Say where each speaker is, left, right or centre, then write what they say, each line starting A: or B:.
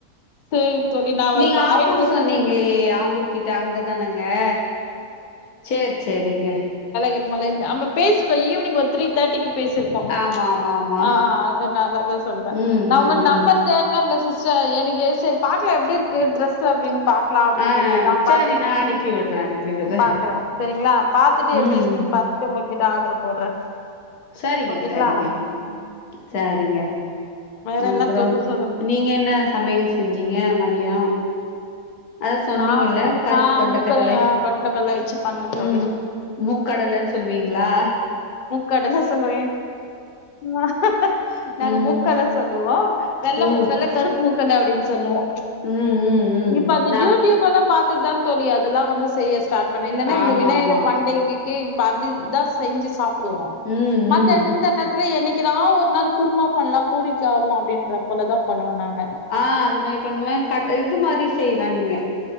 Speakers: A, on the left; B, on the left.
A: சேரி தெரி நா வைப்பாய்
B: நீங்க ஆம்பூர்
A: நிற்த்தச்
B: சொன்னீங்களே
A: சொல்லு
B: ஆம்பூர் கிட்ட அவ்ங்கப் போனாங்ளா சேரி சேரிங்க
A: கிரிமலன்னு அந்த பேசிருக்கோ ஈவ்னிங் ஒரு த்ரீ தேர்ட்டிக்கு பேசிருப்போ
B: ஆமா ஆமா ஆமா
A: ஆஹ் ஆஹ் அதனாலதா சொல்றே
B: ம்
A: நா
B: ம்
A: உங்க நம்பர்
B: ம்
A: தேட்னேங்க சிஸ் சோ எனக்கே சேரி பாக்லா எப்டி இருக்கு ட்ரெஸ் அப்டின் பாக்லா அப்டின்னுட்டுதா
B: ஆ
A: பாத்தேங்
B: சரி நா
A: சிஸ்டர்
B: அனுப்பி விட்றே அனுப்பி விட்றே
A: அஹ் பாக்கறே செரிங்ளா பாத்துட்டு
B: ம்
A: எப்டி இருக்குன்
B: ம்
A: பாத்துட்டு ஒங்களுக்கு இப்ப ஆடர்ரு போடுறே
B: சரிங்க
A: ஓகேங்களா
B: சரிங்க
A: ஆ
B: சரிங்க
A: வேற என்ன
B: அப்றம்
A: தோழி சொல்லுங்க
B: நீங்க என்ன சமையல் செஞ்சு சீங்க மதியோ அதா சொன்னீங்கல்ல
A: நா
B: கருப்பு
A: ஆ
B: கொண்ட
A: முக்கட
B: கடல
A: கொண்ட கடல வச்சு பண்ணே
B: உம்
A: தோழி
B: மூக்கடலன் சொல்வீங்ளா
A: கடல சொல்லுவே நா நாங்க
B: ம்
A: மூக்கட்ல சொல்லுவோ வெள்ள
B: ம்
A: மூக்கட்ல கருப்பு க்கட்ல அப்டின் சொல்லுவே
B: ம் ம் ம்
A: இப்ப அது
B: நா
A: யூட்யூப் எல்லா பாத்துட்டு தா தோழி அதெல்லா வந்து செய்ய ஸ்டார்ட் பண்ணே இல்லனா
B: ஆமா
A: இந்த விநாயகர்
B: ஆமா
A: பண்டிகைக் கி படிதா செஞ்சு சாப் டுவோ
B: ம்
A: மத்த
B: ம்
A: இந் இந்த நேரத்துல என்னைக்கு குறா ஒரு நாளு குருமா பண்லா பூரிக்காவு அப்டின்ற போலதாப் பண்ணுவோ நாங்
B: ஆ அது மாரி பண்ணுவே கட் இது மாரி செய்லா நீங்க